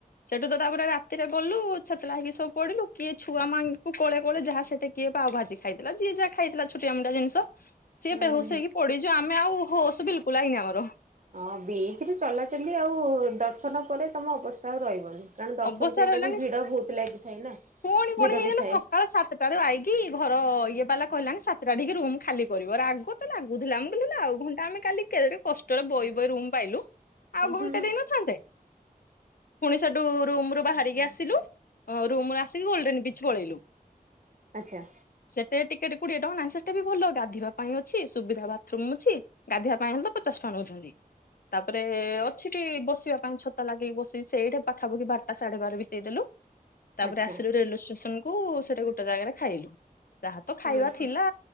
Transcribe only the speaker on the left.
ସେଠୁ ତ ତାପରେ ରାତିରେ ଗଲୁ ଛେତଲା ହେଇକି ସବୁ ପଡିଲୁ। କିଏ ଛୁଆ ମାଆଙ୍କୁ କୋଳେ କୋଳେ ଯାହା ସେଠି କିଏ ପାଓଭାଜି ଖାଇଥିଲା ଯିଏ ଯାହା ଖାଇଥିଲା ଛୋଟିଆ ମୋଟିଆ ଜିନିଷ ସିଏ
ବେହୋସ
ହେଇକି ପଡିଚି ଆମେ ଆଉ ହଉ ସେ ବିଲକୁଲ ଆଇନି ଆମର।
ଅବସର
ହେଲାଣିି
ପୁଣି ପଣି
ହେଇଗଲା
ସକାଳ ସାତଟାରୁ ଆଇକି ଘର ଇଏ ବାଲା କହିଲାଣି ସାତଟାଠିକି ରୁମ୍ ଖାଲି କରିବ <unintelligible> ତ ଲାଗୁଥିଲା ମୁଁ କହିଲି ହେଲେ ଆଉ ଘଣ୍ଟା ଆମେ କାଲି- କେଡେ କଷ୍ଟରେ ବଇ ବଇ ରୁମ୍ ପାଇଲୁ। ଆଉ
ଘଣ୍ଟେ
ଦେଇ ନଥାନ୍ତେ। <inaudible> ରୁ ରୁମ୍ ରୁ ବାହାରିକି ଆସିଲୁ ରୁମ୍ ରେ ଆସିକି ଗୋଲଡେନ ବିଚ ପଳେଇଲୁ।
ସେଟେ <unintelligible> କୁଡିଏ ଟଙ୍କା ନାହିଁ ସେଇଟା ବି ଭଲ ଗାଧେଇବା ପାଇଁ ଅଛି ସୁବିଧା ବାଥରୁମ୍ ଅଛି ଗାଧେଇବା ପାଇଁ ହେଲେ ତ ପଚାଶ ଟଙ୍କା ନେଉଛନ୍ତି ତାପରେ ଅଛି କି ବସିବା ପାଇଁ ଛତା ଲାଗେଇ ବସି ସେଇ ପାଖାପୁଖି ବାରଟା ସାଢେବାର ବିତେଇଦେଲୁ। ତାପରେ
ଆସିଲୁ ରେଲୱେ ଷ୍ଟେଶନକୁ ହୁ ସେଟେ ଗୁଟେ ଜାଗାରେ ଖାଇଲୁ ତାହା ତ ଖାଇବା
ଥିଲା